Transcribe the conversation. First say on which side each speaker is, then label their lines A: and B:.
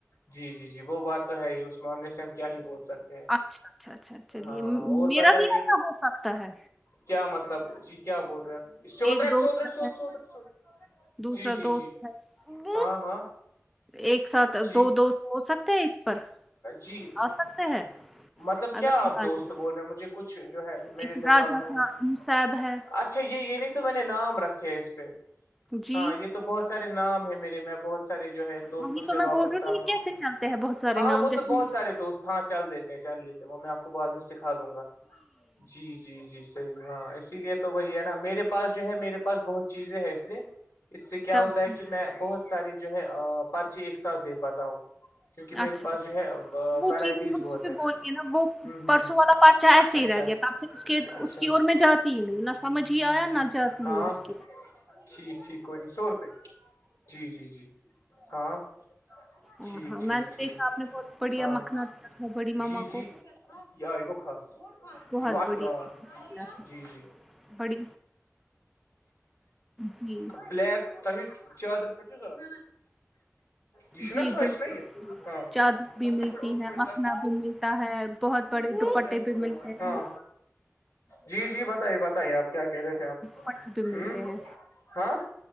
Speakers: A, on the left; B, in the centre.
A: جی جی جی وہ بات تو ہے ہی اس معاملے سے ہم کیا ہی بول سکتے ہیں
B: اچھا اچھا اچھا چلیے
A: ہاں ہاں اور
B: میرا
A: بتائیے
B: بھی ایسا ہو سکتا ہے
A: کیا مطلب جی کیا بول رہے چوودرٹ
B: ایک دوست
A: چوودرہ چی
B: ہے
A: چی چودر
B: دوسرا
A: جی جی
B: دوست
A: جی
B: ہے
A: ہاں ہاں
B: ایک ساتھ
A: جی
B: دو دوست ہو سکتے ہیں اس پر
A: جی
B: آ سکتے ہیں
A: مطلب کیا
B: اگر
A: آپ
B: بلائیں
A: دوست
B: گے
A: بول رہے مجھے کچھ جو ہے
B: ایک
A: میرے دماغ
B: راجا
A: میں
B: تھا
A: اچھا
B: مصعب ہے
A: اچھا یہ یہ نہیں تو میں نے نام رکھے ہے اس پہ
B: جی
A: ہاں یہ تو بہت سارے نام ہے میرے میں بہت سارے جو ہے دوستوں
B: وہی تو
A: سے
B: میں
A: واپستا
B: بول رہی کہ یہ
A: ہوں
B: کیسے چلتے ہیں بہت سارے
A: ہاں
B: نام
A: وہ
B: جیسے
A: تو بہت
B: مجھے
A: سارے دوست ہاں چل دیتے ہیں چل لیتے وہ میں آپ کو بعد میں سکھا دوں گا جی جی جی صحیح ہاں اسی لیے تو وہی ہے نا میرے پاس جو ہے میرے پاس بہت چیزیں ہے اسے اس سے کیا
B: تھا،
A: ہوتا
B: جی
A: ہے کہ
B: جی،
A: میں بہت سارے جو ہے پرارچے ایک ساتھ دے پاتا ہوں کیونکہ میرے
B: اچھا
A: پاس جو ہے
B: وہ
A: ورائٹیز
B: چیزیں مجھ
A: بہت
B: سے پہ بوللی گ ہے نا وہ
A: ہ ہ
B: پرسوں والا پرچہ ایسے ہی
A: اچھا
B: رہ گیا تب سے اس کے
A: اچھا
B: اس کی اور میں جاتی ہی نہیں نہ سمجھ ہی آیا نہ جاتی
A: ہاں
B: ہوں اس کی
A: ٹھیک ٹھیک کوئی نہیں سو روپے جی جی جی ہاں
B: ہاں،
A: ٹھیک
B: ہاں
A: ٹھیک
B: میں نے
A: ٹھیک
B: دیکھا آپ نے بہت بڑھیا
A: ہاں
B: مکھنا دیا تھا بڑی مما
A: جی جی
B: کو
A: یہ آ یہ گوو خص
B: بہت
A: یہ گوو اصل
B: بڑھیا
A: آ
B: مکھنا دیا تھا
A: جی جی
B: بڑی جی،
A: بلیک تو چادرس پچ ضورت یہ چ
B: جی
A: نہ سوائے
B: بالکل
A: چنہ یہ
B: صحیح
A: ہاں
B: چادر بھی ملتی
A: اردو
B: ہے
A: پ
B: مکھنا بھی ملتا ہے بہت بڑے دوپٹے
A: کو دمس
B: بھی
A: کل
B: ملتے
A: ہاں
B: ہیں
A: جی جی بتائیے بتائیے آپ کیا کہہ رہے تھے آپ
B: پ بھی ملتے
A: ہوں
B: ہیں
A: ہاں